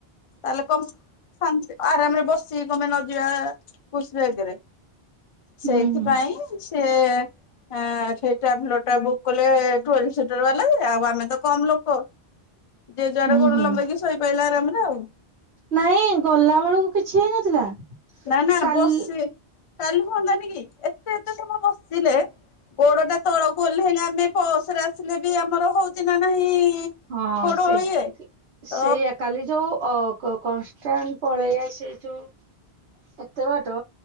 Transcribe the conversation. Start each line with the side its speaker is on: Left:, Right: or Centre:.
Left: ତାହେଲେ କମ ଶା ଆରାମରେ ବସି ସି କଣ ପାଇଁ ନ ଯିବା ପୁଷ୍ ବ୍ୟାଗେରେ
Right: ହୁଁ
Left: ସେଇଥିପାଇଁ
Right: ହୁଁ।
Left: ସେ ହଁ ସେଇ ଟ୍ରାଭେଲର ଟା ବୁକ୍ କଲେ ଟ୍ୱେଲବ ସିଟର ବାଲା ଆଉ ଆମେ ତ କମ ଲୋକ ଜେଜୁଆଡ
Right: ହୁଁ
Left: ଗୋଡ଼
Right: ହୁଁ
Left: ଲମ୍ବେଇକି ଶୋଇ ପଇଲା ଆରାମ ରେ ଆଉ।
Right: ନାଇଁ ଗଲା ବେଳକୁ କିଛି ହେଇନଥିଲା
Left: ନା ନା
Right: କାଲି
Left: ବସି କାଲି ହୁଅନ୍ତାନି କି ଏତେ ଏତେ ସମୟ ବସିିତୀଲେ ଗୋଡ ଟା ତଳକୁ ଓଲେହିଲେ ଆମେ ପସରେ ଆସିଲେ ବି ଆମର ହଉଛି ନା ନାହିଁ?
Right: ହଁ
Left: ଗୋଡ
Right: ସେଇ
Left: ଇଏ ତ
Right: ସେଇଆ କାଲି ଯୋଉ ଅ କ କନଷ୍ଟାଣ୍ଟ ପଳେଇ ଆସିଚୁ ଏତେ ବାଟ